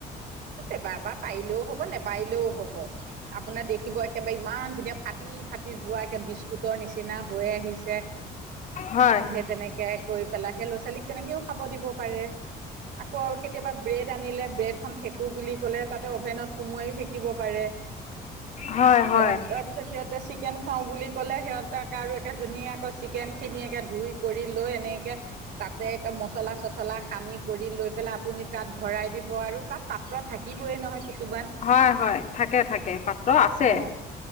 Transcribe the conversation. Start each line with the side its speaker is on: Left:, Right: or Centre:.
Right: পেপাৰ পাৰিলেও হ'ব নে পাৰিলেও হ'ব, আপোনাৰ দেখিব এক একেবাৰে ইমান ধুনীয়া ফাটি-ফাটি যোৱা একে বিস্কুটৰ নিচিনা হৈ আহিছ
Left: হয়
Right: সেই তেনেকে কৰি পেলাই সেই ল'ৰা ছোৱালীক তেনেকেও খাব দিব পাৰে, আকৌ কেতিয়াবা ব্ৰেড জানিলে ব্ৰেড খন শেকো বুলি ক'লে তাতে অভেনত সোমোৱাইও সেকিব পাৰে।
Left: হয় হয়
Right: তাৰ-তাৰপিছত সিহঁতে চিকেন খাও বুলি ক'লে সিহঁত তাক আৰু একে ধুনীয়াকৈ চিকেনখিনি একে ধুই কৰি লৈ এনেকে তাতে একে মচলা চচলা সানি কৰি লৈ পেলাই আপুনি তাত ভৰাই দিব আৰু, তাত পাত্ৰ থাকিবই নহয় কিছুমান।
Left: হয় হয়, থাকে থাকে পাত্ৰ আছে।
Right: অ'।